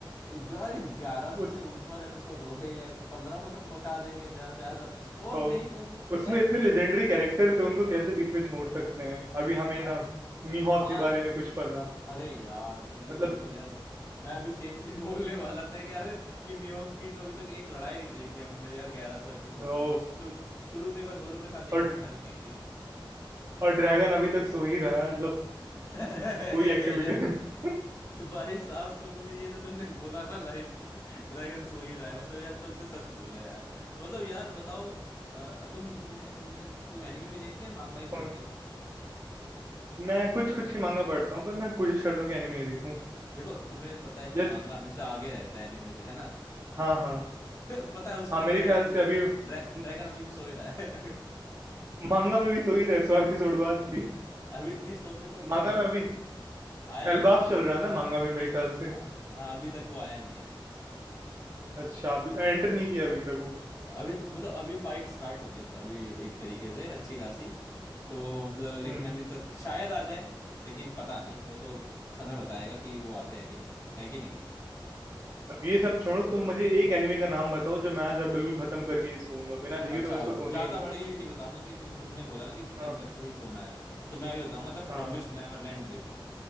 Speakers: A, on the left (about 35°); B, on the right (about 30°).
A: ग्यारह सौ
B: उस
A: से ऊपर एपिसोड हो गए या पंद्रह सौ तक पहुंचा देंगे ज्यादा से ज्यादा और
B: ओ,
A: नहीं मतलब
B: उसमें
A: यार
B: इतने लेजेंडरी कैरेक्टर्स हैं उनको कैसे बीच में छोड़ सकते हैं अभी हमें
A: हाँ
B: ना मीहॉक
A: हाँ
B: के बारे में कुछ पता
A: अरे यार तुमने
B: मतलब
A: बिल्कुल यार मैं अभी सेम चीज <laughs> बोलने वाला था कि यार कि मियोक की तो अभी तक एक लड़ाई नहीं देखी हमने यार ग्यारह सौ एपिसोड्स
B: ओ,
A: में बस शुरू शुरू में एक बार जोरो के साथ देखी
B: और
A: थी हल्की सी
B: और ड्रैगन अभी तक सो ही रहा है मतलब
A: <laughs>
B: कोई एक्टिविटी
A: या
B: <laughs>
A: भाई साहब तुमने ये जो तुमने बोला ना लाइन ड्रैगन सो ही रहा है मतलब यार तुमने सच बोला यार मतलब यार बताओ अ, तुम तुमने तुमने तुम एनीमे भी देखते हो मांगा ही
B: कौन-
A: पढ़ते हो
B: मैं कुछ कुछ ही मांगा पढ़ता हूँ पर मैं कोशिश करता हूँ कि एनिमे ही देखूँ
A: देखो तुम्हें पता है कि
B: यस
A: मांगा हमेशा आगे रहता है एनीमे से है ना
B: हाँ हाँ
A: <laughs> पता है उसमें
B: हाँ, मेरे
A: भी ड्रैगन
B: ख़्याल से अभी हाँ,
A: ड्रैगन अभी भी सो ही रहा है
B: माँगा में भी सो ही रहे 100 एपिसोड
A: <laughs>
B: बाद भी।
A: अभी नहीं सौ एपिसोड
B: माँगा
A: तो नहीं
B: में अभी
A: आया नहीं
B: एल्बाफ
A: अभी
B: चल
A: तक
B: रहा है ना माँगा में मेरे ख़्याल
A: आ, आ,
B: से?
A: अभी तक वो आया नहीं है।
B: अच्छा, अभी एंटर नहीं किया अभी तक वो।
A: अभी त- मतलब अभी फाइट स्टार्ट हुई है त- अभी एक तरीके से अच्छी खासी तो मतलब लेकिन
B: हुँ,
A: अभी तक शायद आ जाए लेकिन पता नहीं वो तो समय बताएगा कि वो आते हैं कि नहीं है कि नहीं
B: अब ये सब छोड़ो तुम मुझे एक एनीमे का नाम बताओ जो मैं आज रात बिल्कुल ख़त्म करके ही सोऊँगा। बिना देखे
A: अच्छा
B: तो मैं इसको सोने
A: ज्यादा
B: ही नहीं
A: बड़ी
B: वाला
A: भी नहीं बताऊंगा कि तुम तुमने बोला ना कि खत्म
B: हूँ। हाँ,
A: करके ही सोना है तो मैं अभी बताऊंगा द प्रोमिस
B: हाँ,
A: नेवरलैंड देखो